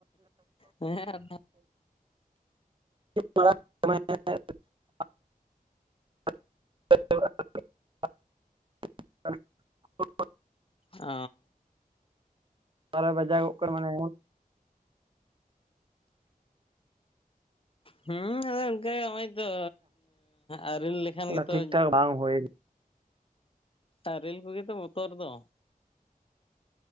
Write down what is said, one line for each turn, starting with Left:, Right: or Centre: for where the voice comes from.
Left: ᱦᱮᱸ
Right: ᱚᱲ <unintelligible> <inaudible> <inaudible>
Left: ᱚ
Right: ᱵᱟᱨᱚ ᱵᱟᱡᱟᱣᱚᱜ ᱠᱟᱱᱟ ᱢᱟᱱᱮ
Left: ᱦᱩᱸ ᱟᱫᱚ ᱚᱱᱠᱟᱜᱮ ᱫᱚ ᱟᱹᱨᱤᱞ ᱞᱮᱠᱷᱟᱱ
Right: ᱢᱟᱱᱮ
Left: ᱜᱮᱛᱚ
Right: ᱴᱷᱤᱠ ᱴᱷᱟᱠ ᱵᱟᱝ ᱦᱩᱭ
Left: ᱟᱨ ᱟᱨᱮᱹᱞ ᱠᱚᱜᱮ ᱛᱚ ᱵᱚᱛᱚᱨ ᱫᱚ